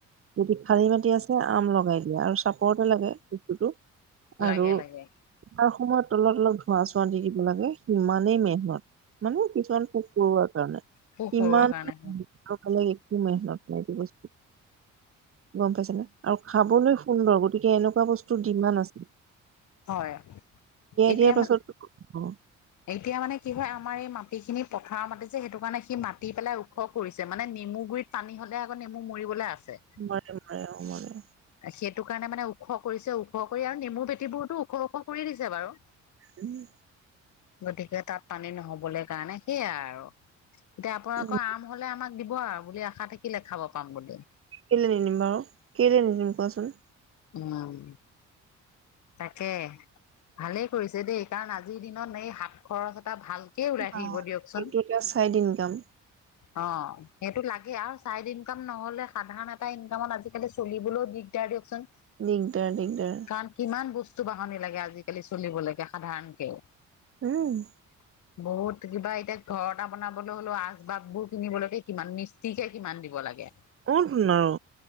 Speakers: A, on the right; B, on the left.
A: যদি খালি মাটি আছে আম লগাই দিয়া আৰু চাপতহে লাগে বস্তুটো।
B: লাগে
A: আৰু
B: লাগে
A: আৰু সময়ত তলত অলপ ধোঁৱা-চোৱা দি দিব লাগে। ইমানেই মেহনত মানে কিছুমান পোক-পৰুৱাৰ কাৰণে
B: পোক পৰুৱাৰ
A: ইমানেই
B: কাৰণে
A: আৰু কালি এইটোতে মেহনত লাগিব বস্তুটো। গম পাইছে নে, আৰু খাবলৈ সুন্দৰ গতিকে এনেকুৱা বস্তু ডিমাণ্ড আছিল।
B: হয়, হু হু এতিয়া
A: দিয়াৰ পাছত
B: মানে
A: অ অ।
B: এতিয়া মানে কি হয় আমাৰ এই মাটিখিনি পথাৰৰ মাটি যে সেইটো কাৰণে সি মাটি পেলাই ওখ কৰিছে মানে নেমু গুৰিত পানী হলে আকৌ নেমু মৰিবলৈ আছে।
A: মৰে মৰে অ মৰে।
B: সেইটো কাৰণে মানে ওখ কৰিছে ওখ কৰি আৰু নেমুৰ পেটিবোৰতো ওখ ওখ কৰি দিছে বাৰু।
A: উম হু।
B: গতিকে তাত পানী নহবলৈ কাৰণে সেইয়াই আৰু দে আপোনালোকৰ
A: উম,
B: আম হলে আমাক দিব আৰু বুলি আশা থাকিলে খাব পাম বুলি।
A: কেলে নিদিম বাৰু কেলে নিদিম কোৱাচোন।
B: উমা উম। তাকে ভালেই কৰিছে দেই কাৰণ আজিৰ দিনত এই হাত খৰচ এটা ভাল সে ওলাই
A: বা
B: থাকিব দিয়কচোন,
A: এইটো এটা চাইড ইনকাম
B: অ অ অ। সেইটো লাগে আৰু চাইড ইনকাম নহলে সাধাৰণ এটা ইনকামত আজিকালি চলিবলৈও দিগদাৰ দিয়কচোন।
A: দিগদাৰ দিগদাৰ।
B: কাৰণ কিমান বস্তু-বাহনি লাগে আজিকালি চলিব লকে সাধাৰণকেও।
A: উম উ উ।
B: <unintelligible> বহুত কিবা এতিয়া ঘৰ এটা বনাবলৈ হ'লেও আচবাববোৰ কিনিবলৈকে কিমান মিস্ত্ৰীকে কিমান দিব লাগে।
A: উন উন্নয়।